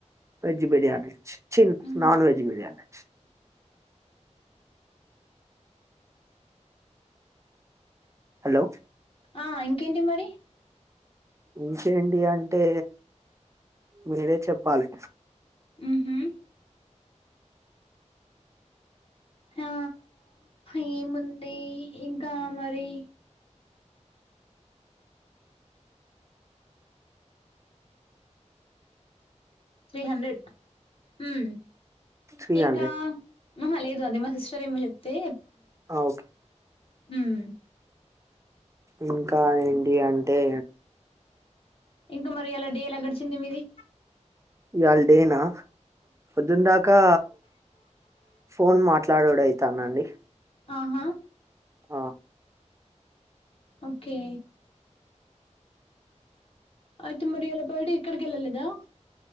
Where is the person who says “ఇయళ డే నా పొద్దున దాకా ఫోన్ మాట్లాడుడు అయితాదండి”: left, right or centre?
Right